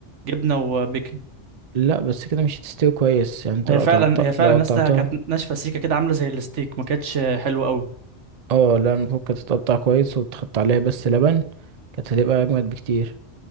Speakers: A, on the right; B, on the right.
A: جبنه وبيكن
B: لا بس كده مش هتستوي كويس يعني انت
A: هي
B: لو
A: فعلا
B: قطعتها
A: هي فعلا
B: لو قطعتها
A: يا اسطى كانت ناشفه سيكه كده عامله زي الستيك ما كانتش حلوه قوي
B: اه لا المفروض كانت تتقطع كويس وتحط عليها بس لبن كانت هتبقى اجمد بكتير